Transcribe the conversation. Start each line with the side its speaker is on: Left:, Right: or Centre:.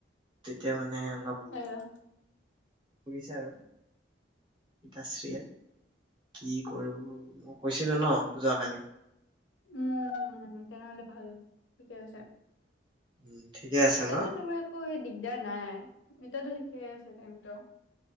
Right: তেতিয়া মানে অলপ
Left: এয়া
Right: শুজিছো আৰু দচ্ৰাই কি কৰিব মই কৈছিলো ন। যোৱাকালি
Left: উম তেনেহলে ভাল ঠিকে আছে
Right: উম ঠিকে আছে
Left: ইতাতো
Right: ন
Left: চব আকৌ সেইদি বিদা নাই এতিয়াতো ঠিকে আছে টাইমটো